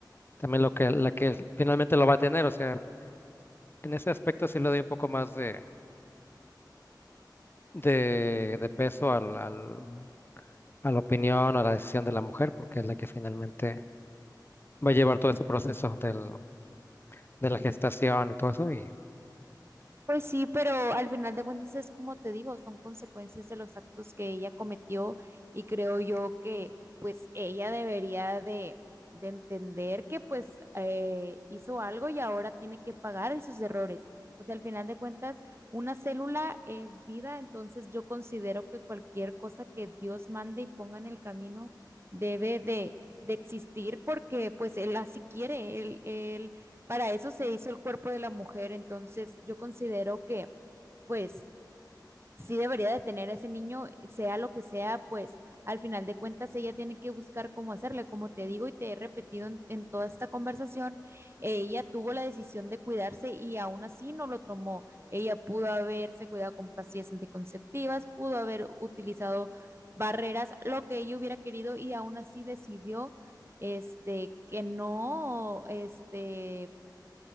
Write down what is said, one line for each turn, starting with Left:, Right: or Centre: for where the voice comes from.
Left: también lo que la que finalmente lo va a tener. O sea, en ese aspecto sí le doy un poco más de, de, de peso al, al- a la opinión o a la decisión de la mujer, porque es la que finalmente va a llevar todo este proceso del, de la gestación y todo eso. Y
Right: Pues sí, pero al final de cuentas es como te digo, son consecuencias de los actos que ella cometió y creo yo que pues ella debería de, de entender que pues eh, hizo algo y ahora tiene que pagar esos errores. O sea, al final de cuentas, una célula es vida, entonces yo considero que cualquier cosa que Dios mande y ponga en el camino debe de, de existir porque pues él así quiere, él, él para eso se hizo el cuerpo de la mujer, entonces yo considero que, pues, sí debería de tener a ese niño, sea lo que sea, pues, al final de cuentas ella tiene que buscar cómo hacerle, como te digo y te he repetido en, en toda esta conversación, ella tuvo la decisión de cuidarse y aún así no lo tomó. Ella pudo haberse cuidado con pastillas anticonceptivas, pudo haber utilizado barreras, lo que ella hubiera querido y aún así decidió este que no este